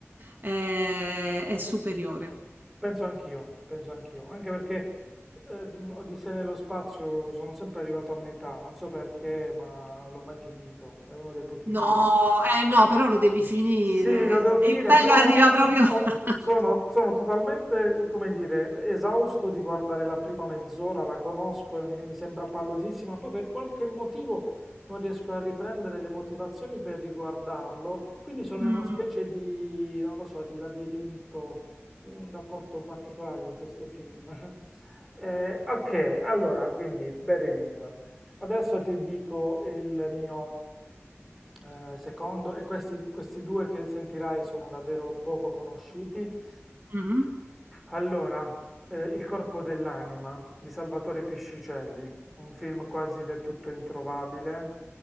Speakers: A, on the right (about 50°); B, in the centre.
A: è- è superiore.
B: Penso anch'io, penso anch'io, anche perché eh, Odissea nello spazio sono sempre arrivato a metà, non so perché, ma non l'ho mai finito, è uno dei pochi
A: No, eh no, però lo devi finire.
B: sì, lo devo finire,
A: Il bello
B: però
A: arriva proprio...
B: ho-
A: <laughs>
B: sono, sono totalmente, come dire, esausto di guardare la prima mezz'ora, la conosco e mi, mi sembra pallosissima, poi per qualche motivo non riesco a riprendere le motivazioni per riguardarlo, quindi sono
A: Mm.
B: in una specie di, non lo so, di labirinto, in un rapporto un particolare con questo film. <laughs> Eh, ok, allora, quindi Barry Lyndon. Adesso ti dico il mio. Eh, secondo, e questi, questi due che sentirai sono davvero poco conosciuti.
A: <laughs>
B: Allora, eh, Il corpo dell'anima di Salvatore Piscicelli, un film quasi del tutto introvabile,